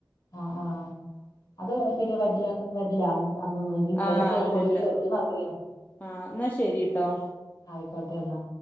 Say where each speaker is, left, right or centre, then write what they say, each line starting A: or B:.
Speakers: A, on the left (about 40°); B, on the left (about 20°).
A: ആഹ് ആഹ് അത് ആഹ് ശെരിയാ വരില്ല വരില്ലന്ന് അന്നൊന്ന് ഇനി ഇപ്പഴത്തെ
B: ആഹ്
A: കൊ
B: ഇല്ലല്ല
A: കൊതുകിന്റെ <unintelligible> ആർക്കറിയാ.
B: ആഹ് എന്നാ ശെരിട്ടോ.
A: ആയിക്കോട്ടെ എന്നാ.